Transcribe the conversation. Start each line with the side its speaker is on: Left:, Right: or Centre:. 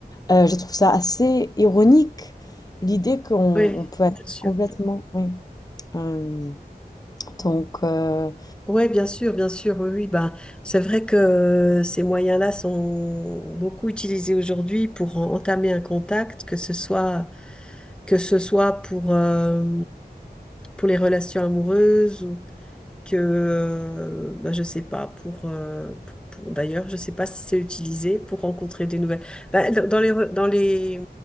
Left: Heu, je trouve ça assez ironique, l'idée qu'on
Centre: ouais,
Left: on peut être
Centre: bien sûr.
Left: complètement oui, hem, donc heu,
Centre: Ouais, bien sûr, bien sûr, oui, oui. Ben, c'est vrai que euh, ces moyens-là sont beaucoup utilisés aujourd'hui pour en- entamer un contact, que ce soit, que ce soit pour, euh, pour les relations amoureuses que euh, bah, je sais pas pour, euh, pour, pour- d'ailleurs je sais pas si c'est utilisé pour rencontrer des nouvelles Bah, dans dans les re- dans les,